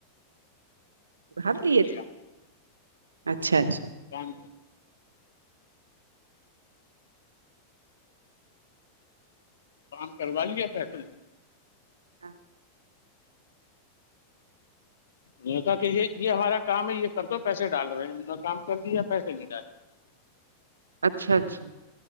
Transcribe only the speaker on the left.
کام
کیا
کیام کام کروا لیے پیسے
نہیں ہوتا کہ یہ یہ ہمارا کام ہے یہ کر دو پیسے ڈال رہے ہیں ہم نے کام کر دیا ہےیا پیسے نہیں ڈال